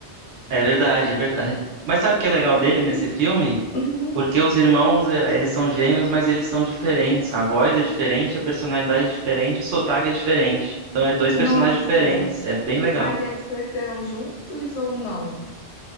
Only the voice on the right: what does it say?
é verdade, é verdade. Mas sabe o que é legal dele nesse filme?
Porque os irmãos, eh, eles são gêmeos, mas eles são diferentes. A voz é diferente, a personalidade é diferente, o sotaque é diferente. Então é dois personagens
diferentes. É bem legal.